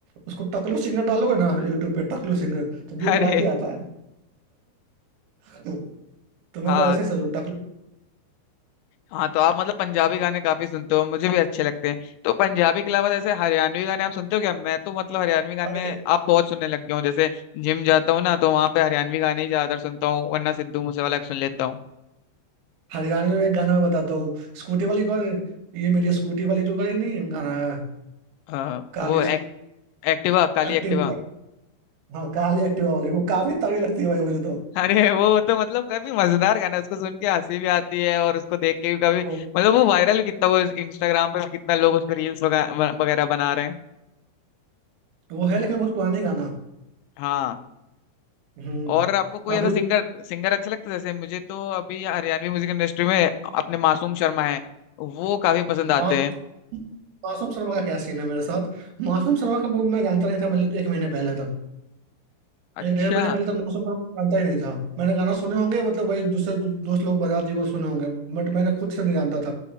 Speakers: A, on the right (about 75°); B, on the left (about 80°).
A: उसको टकलू सिंगर डालोगे ना यूट्यूब पे टकलू सिंगर तो बी
B: <laughs> अरे
A: पड़ा के आता है <laughs> तो मैं
B: हाँ
A: तो ऐसे ही सोचू टकलू
B: हाँ तो आप मतलब पंजाबी गाने काफी सुनते हो मुझे भी अच्छे लगते हैं तो पंजाबी के अलावा जैसे हरियाणवी गाने आप सुनते हो क्या मैं तो मतलब हरियाणवी गाने
A: अरे
B: आप बहुत सुनने लग गए हो जैसे जिम जाता हूँ ना तो वहां पे हरियाणवी गाने ही ज्यादातर सुनता हूँ वरना सिद्धू मूसेवाला के सुन लेता हूँ
A: हरियाणवी में एक गाना मैं बताता हूँ स्कूटी वाली कौन है? ये मेरी स्कूटी वाली जो गाड़ी नहीं है, गाना है
B: अ,
A: काली
B: वो एक, एक्टिवा काली
A: एक्टिवा
B: एक्टिवा
A: हाँ काली एक्टिवा वाली वो काफी तगड़ी लगती है भाई मुझे तो
B: <laughs> अरे वो तो मतलब काफी मजेदार गाना है उसको सुन के हंसी भी आती है और उसको देख के भी काफी
A: वो
B: मतलब वो वायरल भी कितना वो इंस्टाग्राम पे भी कितना लोग उस पर रील्स वगैरह बना रहे हैं
A: वो है लेकिन बहुत पुरानी गाना
B: हाँ
A: हम्म
B: और आपको कोई
A: अभी
B: ऐसा
A: उस-
B: सिंगर सिंगर अच्छा लगता है जैसे मुझे तो अभी हरियाणवी म्यूजिक इंडस्ट्री में अपने मासूम शर्मा है वो काफी पसंद
A: मासूम
B: आते हैं
A: मासूम शर्मा का क्या सीन है मेरे साथ मासूम शर्मा का मैं जानता नहीं था मतलब एक महीने पहले
B: अच्छा
A: एक डेढ़ महीने पहले तक मौसम का जानता ही नहीं था मैंने गाना सुने होंगे मतलब वही दूसरे दो- दोस्त लोग बजाते हुए सुने होंगे बट मैंने खुद से नहीं जानता था